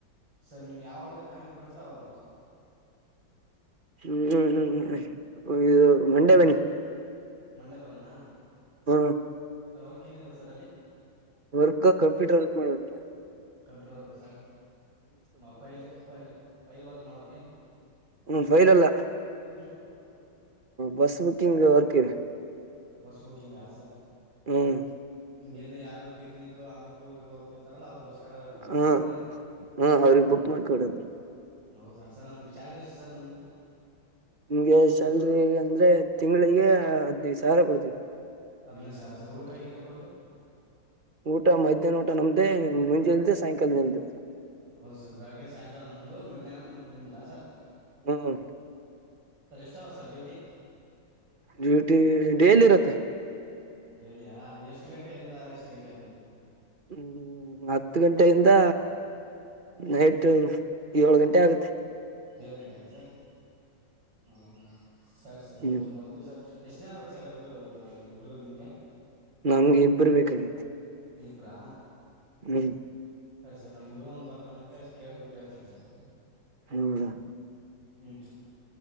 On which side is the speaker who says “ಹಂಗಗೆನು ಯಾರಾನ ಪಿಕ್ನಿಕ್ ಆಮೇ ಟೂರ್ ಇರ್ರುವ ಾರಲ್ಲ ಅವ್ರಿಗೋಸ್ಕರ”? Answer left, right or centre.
Right